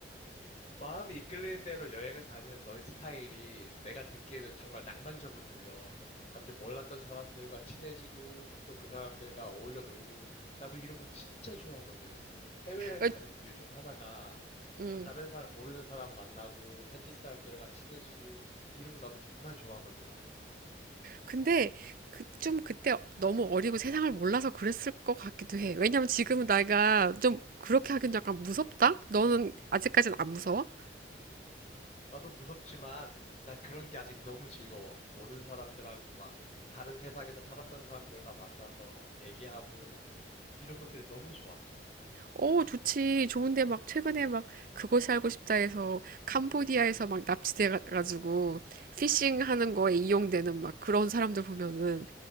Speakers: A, on the left; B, on the right.
A: 마음이 이끌리는 대로 여행을 다니는 너의 스타일이 내가 듣기에는 정말 낭만적으로 들려. 갑자기 몰랐던 사람들과 친해지고 또 그 사람들과 어울려 놀고 나도 이런 건 진짜 좋아하거든. 해외여행
B: 어,
A: 가는 이유 중 하나가
B: 음.
A: 뭐 다른 사람 모르는 사람 만나고 현지 사람들과 친해지고 이런 거 나도 정말 좋아하거든.
B: 근데 그, 좀 그때 너무 어리고 세상을 몰라서 그랬을 것 같기도 해. 왜냐면 지금은 내가 좀 그렇게 하긴 약간 무섭다? 너는 아직까지는 안 무서워?
A: 나도 무섭지만 난 그런 게 아직 너무 즐거워. 모르는 사람들하고 막 다른 세상에서 살았던 사람들과 만나서 얘기하고 이런 것들이 너무 좋아.
B: 어, 좋지. 좋은데 막 최근에 막 그거살 알고 싶다 해서 캄보디아에서 막 납치돼 가- 가지고 피싱 하는 거에 이용되는 막 그런 사람들 보면은